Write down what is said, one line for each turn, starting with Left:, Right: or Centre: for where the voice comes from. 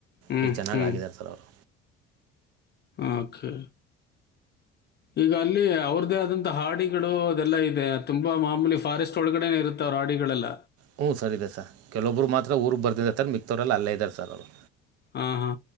Left: ಹ್ಞೂ
Right: ಈಗ ಚೆನ್ನಾಗ್
Left: ಹ್ಞೂ
Right: ಆಗಿದ್ದಾರೆ ಸರ್ ಅವರು
Left: ಆಕೆ ಈಗ ಅಲ್ಲಿ ಅವ್ರದೇ ಆದಂತಹ ಹಾಡಿಗಳು ಅದೆಲ್ಲ ಇದೆ ತುಂಬಾ ಮಾಮೂಲಿ ಫಾರೆಸ್ಟ್ ಒಳಗಡೆ ಇರುತ್ತೆ ಅವ್ರ ಹಾಡಿ. ಗಳೆಲ್ಲ
Right: ಹ್ಞೂ ಸರಿ ಇದೆ ಸರ್ ಕೆಲವೊಬ್ಬರು ಮಾತ್ರ ಊರಿಗೆ ಬರ್ದಿದ್ದಾರೆತ್ತಾರೆ ಮಿಕ್ತವ್ರಲ್ಲ ಅಲ್ಲೇ ಇದ್ದಾರೆ ಸರ್ ಅವ್ರು
Left: ಹಾ ಹಾ